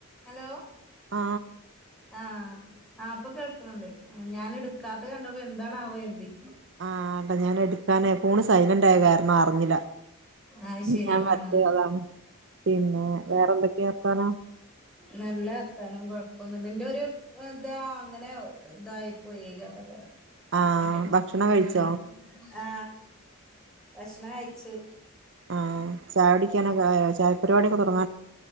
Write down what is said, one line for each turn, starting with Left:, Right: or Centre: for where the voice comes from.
Centre: Hello
Right: ആ
Centre: ആ ആ പ്പൊ കേൾക്ക്ണ് ണ്ട് ഞാന്ട്ക്കാത്ത കണ്ടപ്പോ എന്താണാവോര്തി
Right: ആ അപ്പ ഞാന് എടുക്കാന പോണ് സൈലന്റ് ആയ കാരണം അറിഞ്ഞില്ല
Centre: അത് ശരി
Right: ഞാൻ
Centre: ആഹ്
Right: റ്റേ അതാണ് പിന്നെ വേറെ എന്തൊക്കെ വർത്താനോ
Centre: നല്ലർത്താനം കൊഴ് പ്പൊന്നുല്ല ന്റെരു താ അങ്ങനെ ഇതായി പോയക അതേപലെ
Right: ആഹ്
Centre: പിന്നെ
Right: ഭക്ഷണം കഴിച്ചോ
Centre: ഉം ആ ഭക്ഷണം കഴിച്ചു
Right: ആ ചായടിക്കാനൊക്കെ ആയോ ചായ പരിപാടൊക്കെ തൊ